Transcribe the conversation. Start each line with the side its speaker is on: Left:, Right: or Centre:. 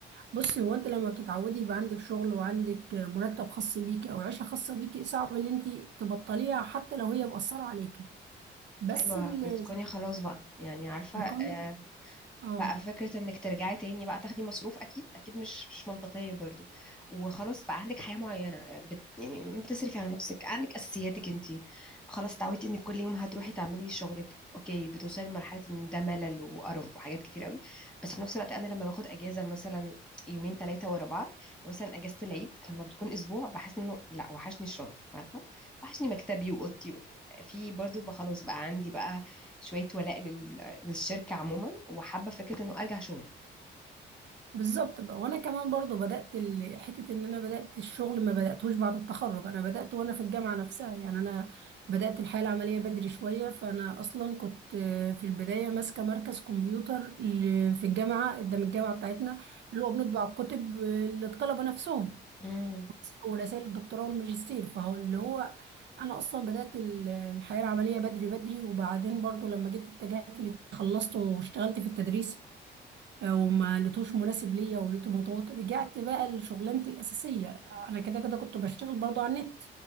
Right: بصي هو انت لما بتتعودي يبقى عندك شغل وعندك مرتب خاص بيكي او عيشه خاصه بيكي صعب ان انت تبطليها حتى لو هي مأثره عليكي بس
Centre: ايوه
Right: اللي
Centre: بتكوني خلاص بقى يعني عارفة آه،
Right: كونك اه
Centre: بقى فكرة انك ترجعي تاني بقى تاخدي مصروف اكيد اكيد مش مش منطقية برضو وخلاص بقى عندك حياة معينة آه، بت يعني بتصرفي على نفسك عندك اساسياتك انتي خلاص تعودتي انك كل يوم هتروحي تعملي شغلك اوكي بتوصلي لمرحلة ان ده ملل وقرف وحاجات كتير قوي بس في نفس الوقت انا لما باخد اجازة مثلا يومين ثلاثة ورا بعض مثلا اجازة العيد لما بتكون اسبوع بحس انه لا وحشني الشغل عارفة وحشني مكتبي واوضتي في برضو بقى خلاص بقى عندي بقى شوية ولاء لل... للشركة عموما وحابة فكرة انه ارجع شغلي
Right: بالظبط بقى وانا كمان برضو بدات ال- حته ان انا بدات الشغل ما بداتهوش بعد التخرج انا بدات وانا في الجامعه نفسها يعني انا بدات الحياه العمليه بدري شويه فانا اصلا كنت آه، في البدايه ماسكه مركز كمبيوتر ل- في الجامعه قدام الجامعه بتاعتنا اللي هو بنطبع الكتب آه، للطلبه نفسهم
Centre: امم
Right: ورسائل الدكتوراه والماجستير فهو اللي هو انا اصلا بدات ال- الحياه العمليه بدري بدري وبعدين برضو لما جيت اتجهت لل- خلصت واشتغلت في التدريس آه، وما لقيتوش مناسب ليا ولقيته مضغوط رجعت بقى لشغلانتي الاساسيه انا كده كده كنت بشتغل برضو على النت